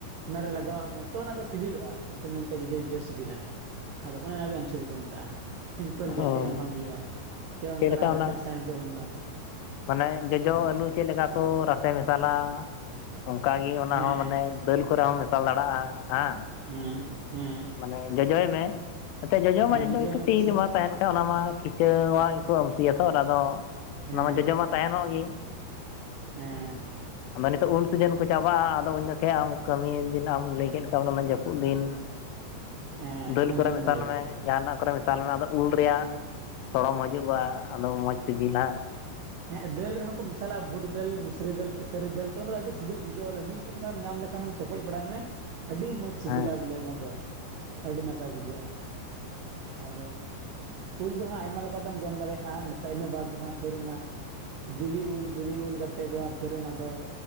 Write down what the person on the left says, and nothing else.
ᱚ
ᱪᱮᱫ ᱞᱮᱠᱟ ᱚᱱᱟ
ᱢᱟᱱᱮ ᱡᱚᱡᱚ
ᱟᱹᱞᱩ ᱪᱮᱫ ᱞᱮᱠᱟ ᱠᱚ ᱨᱟᱥᱮ ᱢᱮᱥᱟᱞᱟ ᱚᱱᱠᱟ ᱜᱮ ᱚᱱᱟ
ᱦᱚᱸ ᱢᱟᱱᱮ ᱫᱟᱹᱞ ᱠᱚᱨᱮ ᱦᱚᱸᱢ ᱢᱮᱥᱟᱞ ᱫᱟᱲᱮᱭᱟᱜᱼᱟ ᱦᱟᱝ
ᱢᱟᱱᱮ ᱡᱚᱡᱚᱭ ᱢᱮ ᱮᱱᱛᱮ ᱡᱚᱡᱚ
ᱢᱟ ᱡᱚᱡᱚ
ᱜᱮ ᱠᱟᱹᱴᱤᱡᱽ
ᱨᱮ ᱵᱟᱝ ᱛᱟᱦᱮᱱ ᱠᱷᱟᱱ ᱚᱱᱟ ᱢᱟ <unintelligible> ᱜᱮᱠᱚ ᱟᱹᱢ ᱥᱤᱭᱟ ᱛᱚ ᱟᱫᱚ
ᱚᱱᱟ ᱢᱟ ᱡᱚᱡᱚ ᱢᱟ ᱛᱟᱦᱮ ᱱᱚᱜ ᱜᱮ
ᱟᱫᱚ ᱱᱤᱛᱚᱜ ᱩᱞ ᱥᱤᱡᱤᱱ ᱠᱚ ᱪᱟᱵᱟᱜᱼᱟ ᱟᱫᱚ ᱩᱱ ᱡᱚᱠᱷᱮᱡ ᱟᱢ ᱠᱟᱹᱢᱤ ᱫᱤᱱ ᱟᱢ ᱞᱟᱹᱭ ᱠᱮᱫ ᱞᱮᱠᱟ ᱡᱟᱹᱯᱩᱫ ᱫᱤᱱ
ᱫᱟᱹᱞ
ᱠᱚᱨᱮ
ᱢᱮᱥᱟᱞ
ᱢᱮ ᱡᱟᱦᱟ ᱱᱟᱜ ᱠᱚᱨᱮ ᱢᱮᱥᱟᱞ ᱢᱮ ᱟᱫᱚ ᱩᱞ ᱨᱮᱭᱟᱜ ᱥᱚᱲᱚᱢ ᱦᱤᱡᱩᱜᱼᱟ ᱟᱫᱚ ᱢᱚᱡᱽ ᱥᱤᱵᱤᱞᱟ
ᱦᱮᱸ